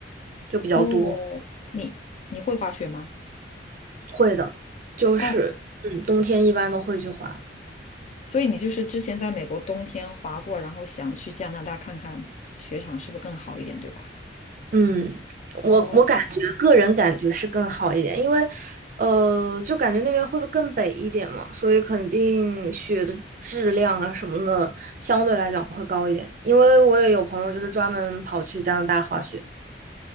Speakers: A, on the right; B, on the left.
A: 就比较多。
B: 哦，你你会滑雪吗？
A: 会的，就是嗯，
B: 哦，
A: 冬天一般都会去滑。
B: 所以你就是之前在美国冬天滑过，然后想去加拿大看看雪场是不是更好一点，对吧？
A: 嗯，我我感觉个人感觉是更好一点，
B: 哦，
A: 因为，呃，就感觉那边会不会更北一点嘛，所以肯定雪的质量啊什么的相对来讲会高一点。因为我也有朋友就是专门跑去加拿大滑雪，